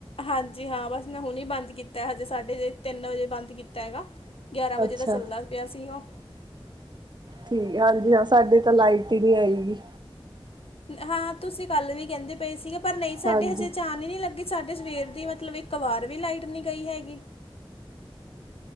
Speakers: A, on the left; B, on the right.
A: ਹਾਂਜੀ ਹਾਂ, ਬਸ ਮੈਂ ਹੁਣੀ ਬੰਦ ਕੀਤਾ ਹੈ, ਹਜ਼ੇ ਸਾਢੇ ਤੇਨ ਵੱਜੇ ਬੰਦ ਕੀਤਾ ਹੈਗਾ। ਗਿਆਰਾਂ ਵੱਜੇ
B: ਅੱਛਾ
A: ਦਾ ਚਲਦਾ ਪਿਆ ਸੀ ਔ।
B: ਠੀਕ ਹਾਂਜੀ ਹਾਂ, ਸਾਡੇ ਤਾਂ ਲਾਈ ਟੀਵੀ ਆਈ ਨੀ।
A: ਹਾਂ, ਤੁਸੀਂ ਕੱਲ ਵੀ ਕੈਨਦੇ ਪਏ ਸੀਗੇ, ਪਰ ਨਈ ਸਾਡੇ
B: ਹਾਂਜੀ।
A: ਹਜ਼ੇ ਚੈਨਲ ਈ ਨੀ ਲਗੇ। ਸਾਡੇ ਸਵੇਰ ਦੀ ਮਤਲਬ, ਇਕ ਵਾਰ ਵੀ ਲਾਈਟ ਨੀ ਗਈ ਹੈਗੀ।